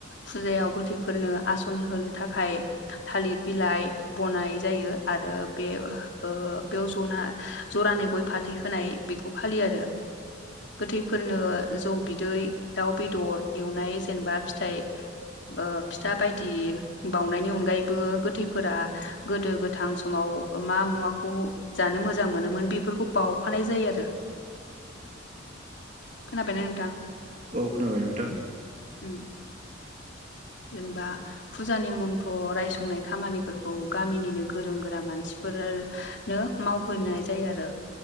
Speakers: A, on the left (about 65°); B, on the right (about 40°).
A: फुजायाव गोथैफोरनो आस फुनहोनो थाखाय थालिर बिलाइ बनाय जायो आरो बे बेयाव जना जरानै गय फाथै होनाय। बेखौ फालियो आरो। गोथैफोरनो जौ बिदै दाउ बेदर एवनाय जेनेबा फिथाइ फिथा बायदि बाउनायनि अनगायैबो गोथैफोरा गोदो गोथां समाव मा मुवाखौ जानो मोजां मोनोमोन बेफोरखौ बावफानाय जायो आरो। खोनाबायना नोंथां?
B: औ खोनाबाय नोंथां।
A: <unintelligible> जेनेबा फुजानि मन्थ्र रायसंनाय खामानिफोरखौ गामिनिनो गोरों गोरा मानसिफोरा नो मावहोनाय जायो आरो